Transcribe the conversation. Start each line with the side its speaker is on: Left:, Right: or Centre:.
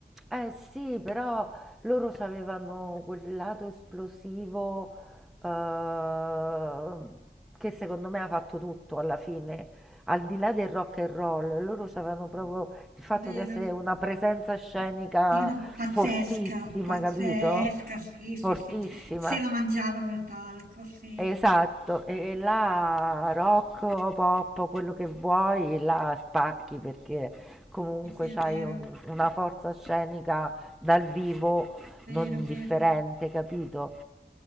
Centre: Eh sì, però loro c'avevano quel lato esplosivo ehm, che secondo me ha fatto tutto alla fine, al di là del rock and roll, loro c'avevano proprio il fatto
Right: È vero.
Centre: di essere una presenza scenica
Right: Sì, una pazzesca,
Centre: fortissima,
Right: pazzesca,
Centre: capito?
Right: sì, sì,
Centre: Fortissima.
Right: sì, cioè, se la mangiavano il palco, sì,
Centre: Esatto, e là rock o pop, o quello che vuoi, la spacchi perché comunque
Right: sì, sì, è
Centre: c'hai
Right: vero,
Centre: un- una forza scenica dal vivo
Right: vero,
Centre: non indifferente,
Right: vero.
Centre: capito?